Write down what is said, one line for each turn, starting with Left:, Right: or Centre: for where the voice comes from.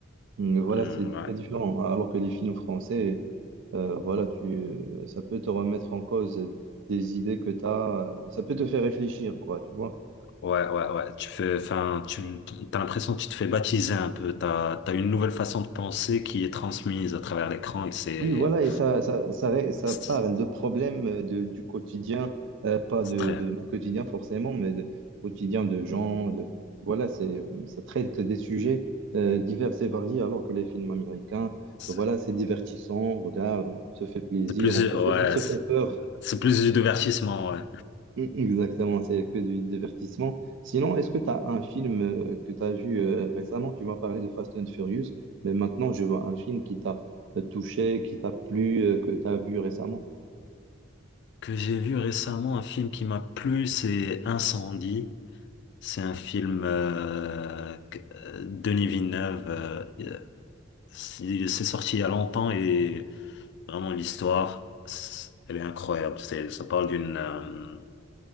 Right: Mm, Voilà,
Left: Hmm,
Right: c'est
Left: ouais.
Right: très différent. Alors que les films français, euh, voilà, tu, ça peut te remettre en cause des idées que tu as, ça peut te faire réfléchir, quoi, tu vois.
Left: Ouais, ouais, ouais. Tu fais, enfin, tu, t'as l'impression que tu te fais baptiser un peu. T'as, t'as une nouvelle façon de penser qui est transmise à travers l'écran et c'est,
Right: Oui, voilà, et ça, ça, ça, ré- ça
Left: c'est
Right: parle de problèmes euh, de, du quotidien, euh, pas
Left: c'est
Right: de,
Left: très,
Right: de mon quotidien forcément, mais de quotidien de gens, de, voilà, c'est, ça traite des sujets euh, divers et variés, alors que les films américains,
Left: c'est
Right: voilà, c'est divertissant, on regarde, on se fait plaisir,
Left: c'est plus,
Right: on se
Left: ouais,
Right: fait, on se
Left: c'est
Right: fait peur.
Left: c'est plus du divertissement, ouais.
Right: Mm, Exactement, c'est que du divertissement. Sinon, est-ce que tu as un film euh, que tu as vu euh, récemment? Tu m'as parlé de Fast and Furious, mais maintenant je vois un film qui t'a euh, touché, qui t'a plu, euh, que tu as vu récemment.
Left: Que j'ai vu récemment, un film qui m'a plu, c'est Incendie. C'est un film euh, que- euh, Denis Villeneuve. euh, il- c'est c'est sorti il y a longtemps et vraiment l'histoire, c'est- elle est incroyable. C'est, ça parle d'une euh,